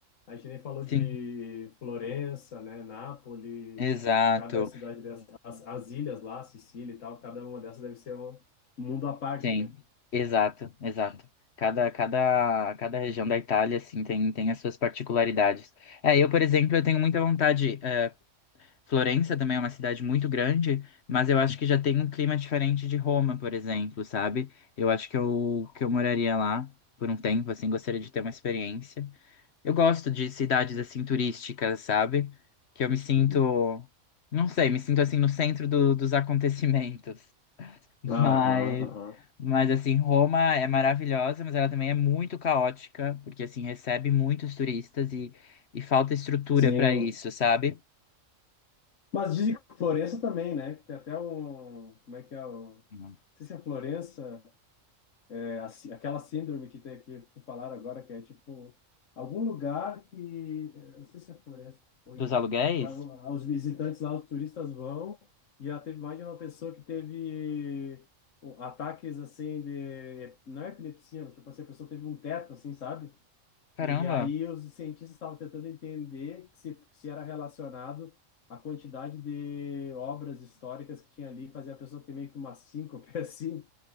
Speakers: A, on the left; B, on the left.
A: a gente nem falou de
B: Sim,
A: Florença, né, Nápoles,
B: exato.
A: cada cidade dessas, as, as ilhas lá, Sicília e tal, cada uma dessas deve ser um um mundo à parte,
B: Tem,
A: né?
B: exato, exato. Cada, cada, cada região da Itália, assim, tem, tem as suas particularidades. É, eu, por exemplo, eu tenho muita vontade. é, Florença também é uma cidade muito grande, mas eu acho que já tem um clima diferente de Roma, por exemplo, sabe? Eu acho que eu, que eu moraria lá por um tempo, assim, gostaria de ter uma experiência. Eu gosto de cidades, assim, turísticas, sabe? Que eu me sinto,
A: Uhum.
B: não sei, me sinto, assim, no centro do- dos <laughs> acontecimentos.
A: Aham,
B: Mas,
A: aham.
B: mas assim, Roma é maravilhosa, mas ela também é muito caótica, porque assim recebe muitos turistas e, e falta estrutura
A: Sim.
B: para isso, sabe?
A: Mas dizem que Florença também, né? Que Tem até um. Como é que é o. Não
B: Uhum.
A: sei se é Florença, é a sí- aquela síndrome que tem aqui, que falaram agora, que é tipo. Algum lugar que. eu Não sei se é Florença ou em
B: Dos
A: Roma.
B: aluguéis?
A: Que a- os visitantes lá, os turistas vão. E já teve mais de uma pessoa que teve o- ataques assim de. Não é epilepsia, mas tipo assim, a pessoa teve um teto, assim, sabe?
B: Caramba,
A: E aí os cientistas estavam tentando entender que se, se era relacionado à quantidade de obras históricas que tinha ali, fazia a pessoa ter meio que uma síncope <laughs> assim.